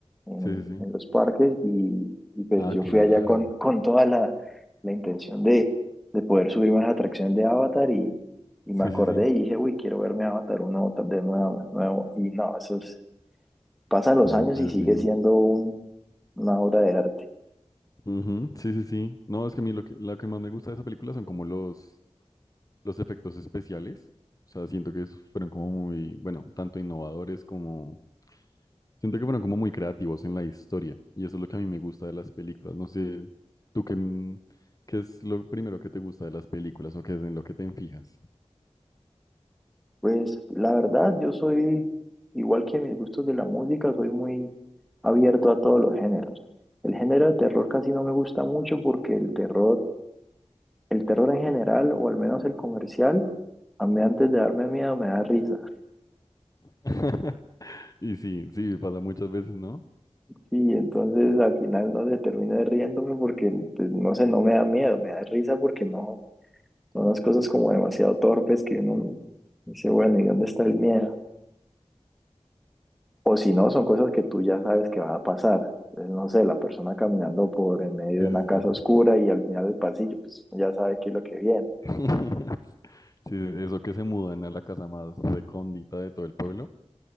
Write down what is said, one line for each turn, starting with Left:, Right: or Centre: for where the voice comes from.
Centre: en,
Left: Sí, sí, sí.
Centre: en los parques, y, y pues
Left: Ah,
Centre: yo
Left: claro.
Centre: fui allá con, con toda la, la intención de, de poder subirme a la atracción de Avatar y, y
Left: Sí,
Centre: me acordé
Left: sí, sí.
Centre: y dije, uy, quiero verme Avatar uno otra- de nuevo, nuevo. Y no, eso es- pasan los
Left: Oye,
Centre: años y sigue
Left: sí.
Centre: siendo un- una obra de arte.
Left: Ujú. Sí, sí, sí. No, es que a mí lo que, lo que más me gusta de esa película son como los, los efectos especiales. O sea, siento que esos fueron como muy, bueno, tanto innovadores como... Siento que fueron como muy creativos en la historia. Y eso es lo que a mí me gusta de las películas. No sé, tú qué, mm, qué es lo primero que te gusta de las películas o qué es en lo que te enfijas.
Centre: Pues la verdad, yo soy, igual que mis gustos de la música, soy muy abierto a todos los géneros. El género de terror casi no me gusta mucho porque el terror, el terror en general, o al menos el comercial, a mí antes de darme miedo me da risa.
Left: <laughs> Y sí, sí, pasa muchas veces, ¿no?
Centre: Y entonces al final no se termina riéndome porque, pues, no sé, no me da miedo, me da risa porque no, son las cosas como demasiado torpes que uno dice, bueno, ¿y dónde está el miedo? O si no, son cosas que tú ya sabes que van a pasar. Entonces, no sé, la persona caminando por en medio
Left: Sí,
Centre: de una
Left: sí,
Centre: casa
Left: sí.
Centre: oscura y al final del pasillo, pues uno ya sabe qué es lo que viene.
Left: <laughs> Sí, eso que se mudan a la casa más recóndita de todo el pueblo,